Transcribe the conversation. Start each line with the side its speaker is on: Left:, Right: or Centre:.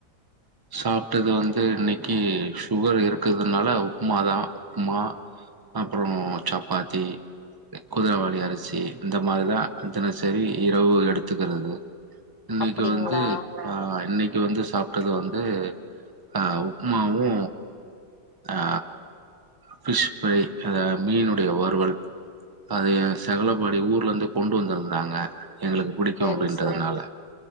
Right: சாப்ட்டது வந்து இன்னைக்கு சுகர் இருக்குதுனால உப்மாதா உப்புமா அப்புற சப்பாத்தி குதிரவாலி அரிசி இந்த மாரிதா அதுன சரி இரவு எடுத்துக்கறது இன்னைக்கு
Left: அப்டிங்களா
Right: வந்து ஆ இன்னைக்கு வந்து சாப்ட்டது வந்து அ உப்மாவு ஆ ஃபிஷ் ச மீனுடைய வறுவல் அது எ சகலபாடி ஊர்ல இருந்து கொண்டு வந்திருந்தாங்க எங்களுக்கு புடிக்கு
Left: செரி
Right: அப்டின்றதுனால
Left: செரி